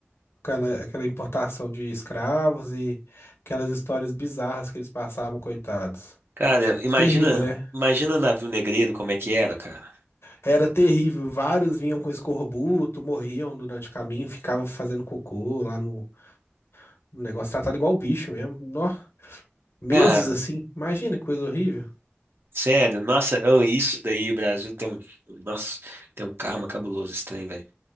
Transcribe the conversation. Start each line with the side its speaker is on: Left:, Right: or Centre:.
Left: aquela, aquela importação de escravos e aquelas histórias bizarras que eles passavam, coitados.
Right: Cara, imagina,
Left: Terrível, né?
Right: imagina o navio negreiro como é que era, cara.
Left: Era terrível. Vários vinham com escorbuto, morriam durante o caminho, ficavam fazendo cocô lá no, no negócio, tratado igual bicho mesmo. Nó, meses
Right: Cara,
Left: assim. Imagina que coisa horrível.
Right: sério, nossa, oh, isso daí, o Brasil tem um, nossa, tem um karma cabuloso esse trem, velho.